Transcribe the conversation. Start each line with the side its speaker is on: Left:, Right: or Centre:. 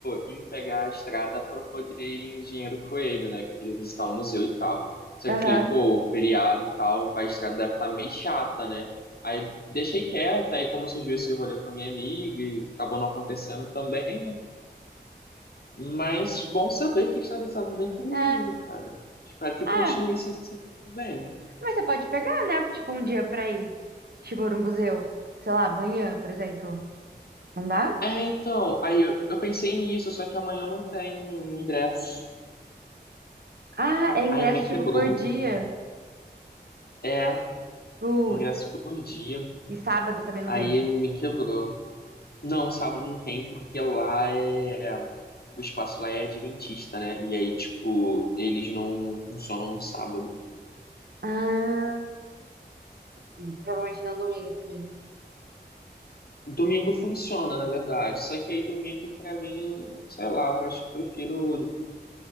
Left: em pegar a estrada pra poder ir em Engenheiro Coelho, né? Que eu queria visitar o museu e tal. Só
Right: Aham.
Left: que eu falei, pô, feriado e tal, a estrada deve estar meio chata, né? Aí deixei quieto, aí como surgiu esse rolê com a minha amiga e acabou não acontecendo também, né? Mas bom saber que a estrada estava bem tranquila,
Right: É.
Left: cara. Espero que
Right: Ah,
Left: continue assim semana que vem.
Right: mas você pode pegar, né? Tipo, um dia pra ir. Tipo, no museu. Sei lá, amanhã, por exemplo. Não dá?
Left: É, então, aí eu, eu pensei nisso, só que amanhã eu não tenho ingresso.
Right: Ah, é ingresso
Left: Aí me
Right: tipo
Left: quebrou.
Right: por dia.
Left: É,
Right: Putz.
Left: um ingresso por dia.
Right: E sábado também não
Left: Aí
Right: tem.
Left: me quebrou. Não, sábado não tem, porque lá é. O espaço lá é adventista, né? E aí, tipo, eles não funcionam no sábado.
Right: Ah, e provavelmente não domingo também, né?
Left: Domingo funciona, na verdade. Só que aí domingo, pra mim, sei lá, acho que prefiro.